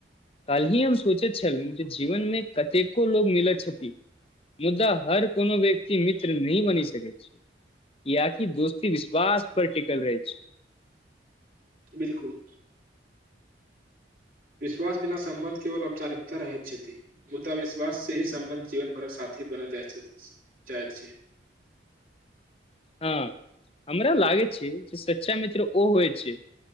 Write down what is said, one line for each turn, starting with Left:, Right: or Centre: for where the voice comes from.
Left: काल्हि ही हम सोचैत छलहुँ जे जीवनमे कतेको लोको मिलैत छथि मुद्दा हर कोनो व्यक्ति मित्र नहि बनि सकैत छै किएकि दोस्ती विश्वास पर टिकल रहै छै
Right: बिलकुल विश्वास बिना संबन्ध केवल औपचारिकता रहैत छथि मुद्दा विश्वास से ही संबन्ध जीवन भरक साथ अथी बना जा चाहैत छै
Left: <inaudible> हँ हमरा लागै छै जे सच्चा मित्र ओ होइ छै